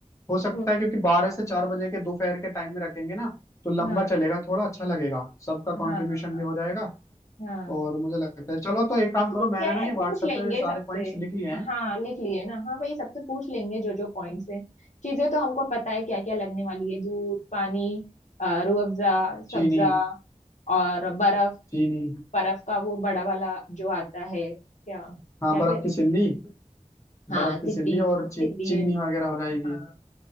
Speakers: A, on the left; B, on the left.
A: हो सकता
B: हम्म,
A: है क्योंकि बारह से चार बजे के दोपहर के टाइम में रखेंगे ना तो लंबा
B: हाँ
A: चलेगा थोड़ा अच्छा लगेगा सबका कंट्रीब्यूशन
B: हाँ हाँ
A: भी हो जाएगा
B: हाँ
A: और मुझे लगता है चलो तो एक काम करो
B: ठीक
A: मैंने
B: है
A: ना ये व्हाट्सएप
B: पूछ लेंगे
A: पे सारे
B: सबसे
A: पॉइंट्स लिख लिए हैं
B: हाँ लिख लिए ना हाँ वही सबसे पूछ लेंगे जो जो पॉइंट्स है चीजें तो हमको पता है क्या क्या लगने वाली है दूध पानी अ, रूह अफ़ज़ा
A: चीनी
B: सब्जा और बर्फ
A: चीनी
B: बर्फ का वो बड़ा वाला जो आता है क्या
A: हाँ
B: क्या
A: बर्फ
B: कहते
A: की सिल्ली
B: हैं हाँ
A: बर्फ
B: सिल्ली
A: की सिल्ली और ची,
B: सिल्ली
A: चीनी
B: है
A: वगैरह हो जाएगी
B: हाँ